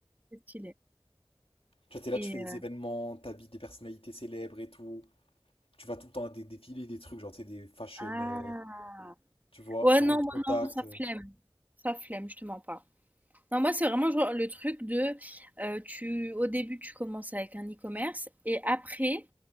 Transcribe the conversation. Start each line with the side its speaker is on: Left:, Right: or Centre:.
Right: Très stylé.
Left: Tu vois, t'es là,
Right: Et...
Left: tu fais des
Right: euh,
Left: événements, t'habites des personnalités célèbres et tout. Tu vas tout le temps à des défilés, des trucs, genre, tu sais, des fashion,
Right: Ah...
Left: euh, Tu vois,
Right: Ouais,
Left: genre
Right: non,
Left: on te
Right: moi,
Left: contacte.
Right: non, ça
Left: euh,
Right: flemme. Ça flemme, je te mens pas. Non, moi, c'est vraiment genre le truc de, euh, tu, au début, tu commences avec un e-commerce et après,